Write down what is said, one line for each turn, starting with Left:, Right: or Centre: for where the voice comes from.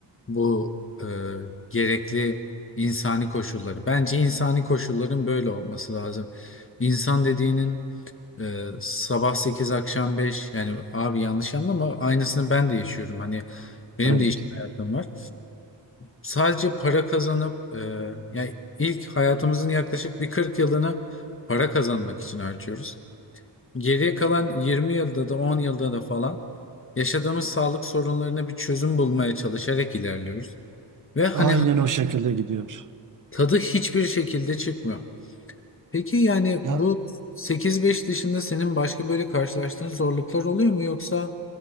Left: bu e, gerekli insani koşulları. Bence insani koşulların böyle olması lazım. İnsan dediğinin ee, sabah 8 akşam 5 yani abi yanlış anlama aynısını ben de yaşıyorum. Hani benim
Right: Evet.
Left: de iş hayatım var. Sadece para kazanıp e, yani ilk hayatımızın yaklaşık bir 40 yılını para kazanmak için harcıyoruz. Geriye kalan 20 yılda da 10 yılda da falan yaşadığımız sağlık sorunlarına bir çözüm bulmaya çalışarak ilerliyoruz. Ve hani
Right: Aynen o şekilde gidiyor.
Left: tadı hiçbir şekilde çıkmıyor. Peki yani
Right: Ya
Left: bu sekiz beş dışında senin başka böyle karşılaştığın zorluklar oluyor mu yoksa